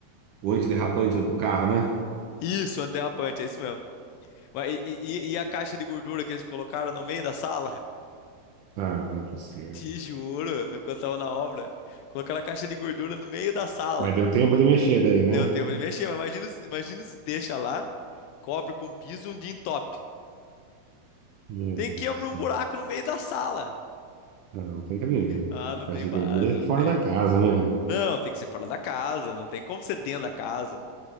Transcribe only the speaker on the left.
Isso, antiderrapante, é isso mesmo. Mas, e, e- e a caixa de gordura que eles colocaram no meio da sala? <laughs>
Te juro, no- quando tava na obra, colocaram a caixa de gordura no meio da sala.
Deu tempo de mexer, mas imagina, se- imagina se deixa lá, cobre com piso um dia em top.
Tem
que abrir
um buraco no meio da sala.
Ah,
não
tem
base,
não
tem.
Não, tem que ser fora da casa, não tem como ser dentro da casa.